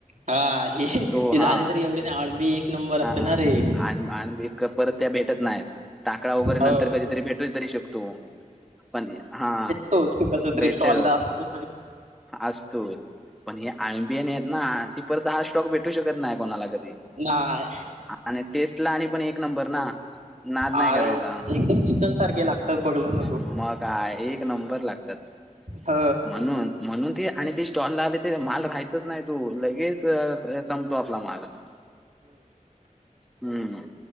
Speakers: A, on the right; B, in the centre.
A: हा हे
B: तो
A: झाले
B: हा
A: तरी एवढे ना आळबी एक नंबर असते
B: हा
A: ना रे.
B: आणि आणि मी क परत त्या भेटत नाहीत. टाकऔ वगैरे
A: होय
B: नंतर कधीतरी भेटूच तरी शकतो पण हा
A: तोच कस तरी
B: भेटल
A: स्टॉल ला असतो म्हजे
B: असतो पण हे आमबीएन आहेत ना ती परत दहा स्टॉक भेटू शकत नाही कोणालागत
A: नाय
B: आणि टेस्ट ला आणि पण एक नंबर ना नाद नाही
A: अरे
B: करायचा.
A: एकदम चिकन सारखे लागतात बघलं ना तू
B: मग काय एक नंबर लाग त्यात
A: ह
B: म्हणून म्हणून ती आणि ती स्टॉल ला आली ते माल राहायतच नाही तू लगेच संपतो आपला मालच हम्म.